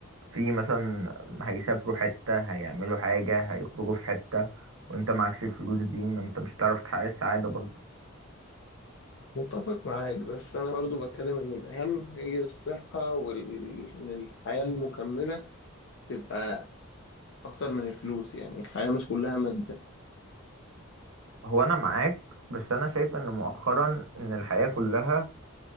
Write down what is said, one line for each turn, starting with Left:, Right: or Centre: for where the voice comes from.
Right: في مثلا هيسافروا حتة هيعملوا حاجة هيخرجوا في حتة وانت معكش الفلوس دي ما انت مش هتعرف تحقق السعادة برضه
Left: متفق معاك بس أنا برضو بتكلم إن الأهم هي الصحة وإن الحياة المكملة تبقى أكتر من الفلوس يعني الحياة مش كلها مادة
Right: هو انا معاك بس انا شايف ان مؤخرا ان الحياة كلها